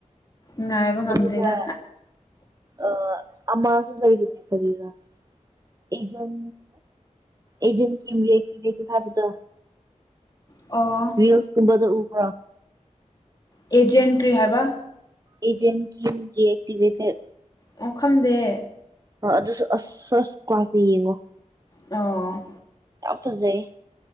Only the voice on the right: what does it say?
ꯑꯗꯨꯒ ꯑ ꯑꯃꯁꯨ ꯂꯩꯕꯅꯦ ꯐꯔꯤꯔ ꯑꯦꯖꯟ ꯑꯦꯖꯦꯟ ꯔꯔꯤꯌꯦꯛꯇ ꯊꯥꯕꯠꯇ
ꯜꯁ ꯀꯨꯝꯕꯗ ꯎꯕ
ꯑꯦꯖꯦꯟ ꯀꯔꯤꯑꯤꯚꯦꯦ
ꯑꯗꯨꯁꯨ ꯑꯁ ꯐꯥꯔꯁ ꯀ꯭ꯂꯥꯁꯇ ꯌꯦꯡꯉꯣ
ꯌꯥꯝ ꯐꯖꯩ